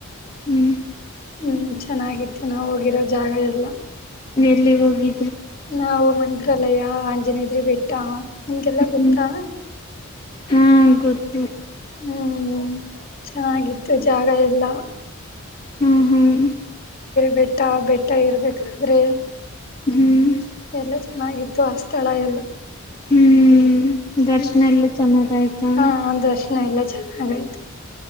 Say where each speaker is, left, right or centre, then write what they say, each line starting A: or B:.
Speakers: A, on the left; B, on the left.
A: ಹ್ಮ್
B: ಹ್ಮ್ ಚೆನ್ನಾಗಿತ್ತು ನಾವ ಹೋಗಿರೋ ಜಾಗ ಎಲ್ಲಾ
A: ಎಲ್ಲಿ ಹೋಗಿ
B: ನಾವು ಮ ಇಲ್ಲಯಾ ಆಂಜನೇಯದ್ರಿ ಬೆಟ್ಟ ನಿಮಗೆಲ್ಲ
A: ಹ್ಮ್
B: ಗೊತ್ತಾ
A: ಹಾ ಗೊತ್ತು
B: ಹ್ಮ್ ಚೆನ್ನಾಗಿತ್ತು ಜಾಗ ಎಲ್ಲಾ
A: ಹ್ಮ್ ಹ್ಮ್
B: ಬೆಟ್ಟ ಬೆಟ್ಟ ಇರ್ಬೇಕಾದ್ರೆ
A: ಹ್ಮ್
B: ಎಲ್ಲ ಚೆನ್ನಾಗಿತ್ತು ಆ ಸ್ಥಳ ಎಲ್ಲ
A: ಹ್ಮ್ ದರ್ಶನ
B: ಹ್ಮ್
A: ಎಲ್ಲ ಚೆನ್ನಾಗಯ್ತಾ
B: ಹಾ ದರ್ಶನ ಎಲ್ಲ ಚೆನ್ನಾಗಯ್ತು